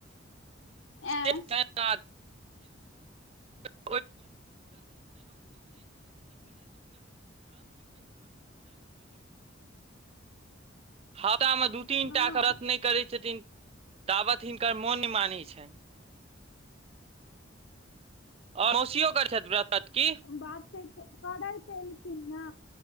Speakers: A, on the right (about 30°); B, on the left (about 80°).
A: <unintelligible>
B: ऐं
A: <unintelligible> <unintelligible> <inaudible> हप्ता म दू तीनटा
B: हँ
A: करत नै करै छथिन <inaudible> ताबत हिनकर मोन मानै छनि आर मौसियो करैत छथि व्रत की
B: बात छै करैत ऐलखिन ना